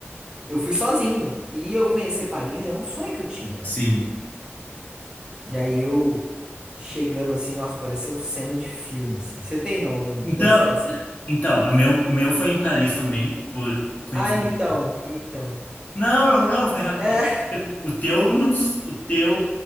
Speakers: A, on the right; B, on the left.
A: Eu fui sozinho. E eu conhecer Paris é um sonho que eu tinha, né?
B: sim.
A: E aí eu chegando assim, nossa, pareceu cena de filme, assim. Você tem algum- alguma
B: Então,
A: cena assim?
B: então, o meu, o meu foi em Paris também, por coincidência.
A: Ah, imitão, imitão.
B: Não, não, não, foi ra-
A: É, <laughs>
B: o teu não, s- o teu